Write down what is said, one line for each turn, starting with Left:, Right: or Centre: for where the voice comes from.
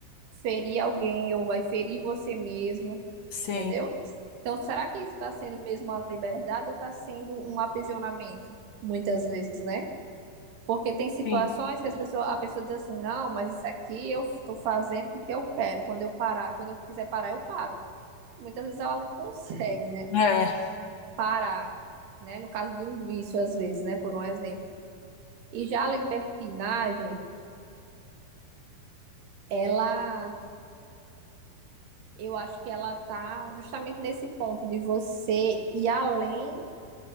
Right: ferir alguém ou vai ferir você mesmo
Left: Sim.
Right: entendeu? Então, será que isso está sendo mesmo uma liberdade ou está sendo um aprisionamento, muitas vezes, né? Porque tem situações
Left: sim.
Right: que as pessoas, a pessoa diz assim, não, mas isso aqui eu estou fazendo porque eu quero. Quando eu parar, quando eu quiser parar, eu paro. Muitas vezes ela não <laughs> consegue, né?
Left: É.
Right: Parar, né? No caso de um vício, às vezes, né? Por um exemplo. E já a libertinagem, ela, eu acho que ela tá justamente nesse ponto de você ir além